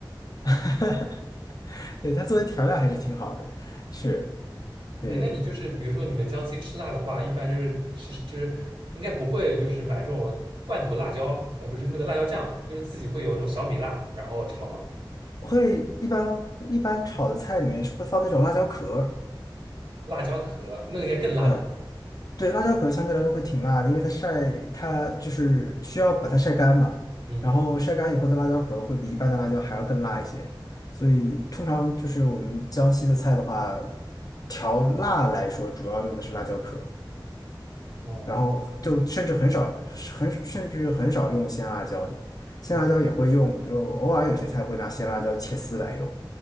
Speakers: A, on the left; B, on the right.
A: <laughs> 对，它作为调料还是挺好的，是，对的，
B: 哎，那你就是比如说你们江西吃辣的话，
A: 对的，
B: 一般就是吃就是应该不会就是买这种罐头辣椒，呃，不是那个辣椒酱，就是自己会有那种小米辣，然后炒吗？
A: 会一般一般炒的菜里面是会放那种辣椒壳儿
B: 辣椒壳那个应该更辣吧？
A: 嗯。对，辣椒壳相对来说会挺辣的，因为它晒它就是需要把它晒干嘛，
B: 嗯嗯，
A: 然后晒干以后的辣椒壳会比一般的辣椒还要更辣一些，所以通常就是我们江西的菜的话，调辣来说主要用的是辣椒壳，
B: 哦，
A: 然后就甚至很少很甚至很少用鲜辣椒的，鲜辣椒也会用，
B: 嗯，
A: 就偶尔有些菜会拿鲜辣椒切丝来用。